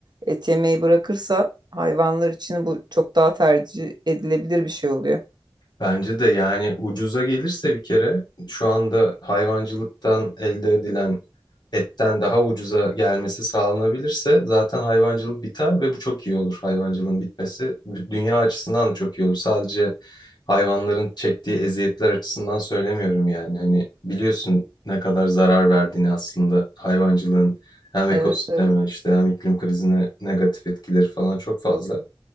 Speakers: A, on the right; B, on the left.
A: et yemeyi bırakırsa hayvanlar için bu çok daha tercih edilebilir bir şey oluyor.
B: Bence de yani ucuza gelirse bir kere şu anda hayvancılıktan elde edilen etten daha ucuza gelmesi sağlanabilirse zaten hayvancılık biter ve bu çok iyi olur hayvancılığın bitmesi. Dünya açısından da çok iyi olur. Sadece hayvanların çektiği eziyetler açısından söylemiyorum yani. Hani biliyorsun ne kadar zarar verdiğini aslında hayvancılığın hem ekosisteme
A: Evet evet.
B: işte hem iklim krizine negatif etkileri falan çok fazla.